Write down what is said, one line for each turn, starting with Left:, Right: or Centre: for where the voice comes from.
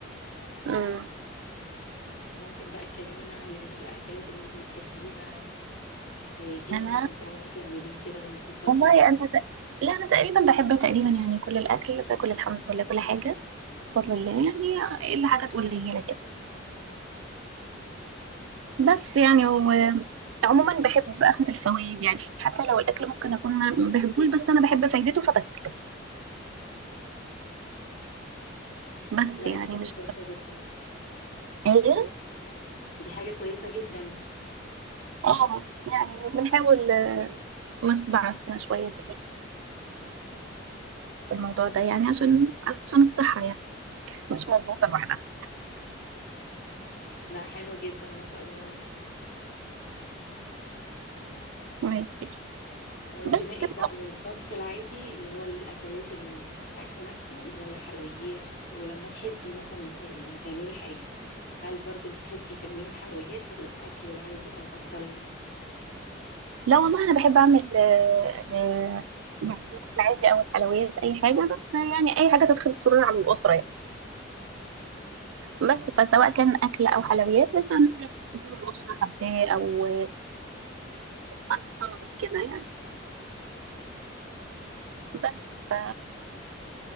Right: مم.
Left: ممكن بقى تكلمينا عن الاكلات اللي انت بتحبيها آه، ايه اللي
Right: انا
Left: ممكن تقعدي تعمليه كده وانت فاضية
Right: والله انا ت... لا انا تقريبا بحب تقريبا يعني كل الاكل باكل الحمد لله كل حاجة بفضل الله يعني إلا حاجات قليلة كده بس يعني هو عموما بحب اخد الفوائد يعني حتى لو الاكل ممكن اكون ما بحبوش بس انا بحب فايدته فباكله
Left: مم.
Right: بس
Left: لا
Right: يعني
Left: دي حاجة
Right: مش
Left: كويسة جدا ددا.
Right: ايه
Left: دي حاجة كويسة جدا
Right: اه يعني بنحاول نغصب عكسنا شويه في الموضوع ده يعني عشان عشان الصحه يعني مش مظبوطه لوحدها
Left: لا حلو جدا ما شاء الله
Right: كويس كده.
Left: وانتمائك
Right: بس بقى-
Left: بقى للطبخ العادي اللي هو الأكلات الأكل نفسه ولا حلويات ولما تحبي مثلا ت- يعني تعملي حاجة هل برضو تحبي تعملي الحلويات ولا الأكل العادي أو أفضل لك؟
Right: لا والله انا بحب اعمل آه، آه، يعني العادي او الحلويات اي حاجه بس يعني اي حاجه تدخل السرور على الاسره يعني بس فسواء كان أكل أو حلويات بس أهم حاجة تكون الأسرة حباه أو فرحانة بيه كده يعني بس ف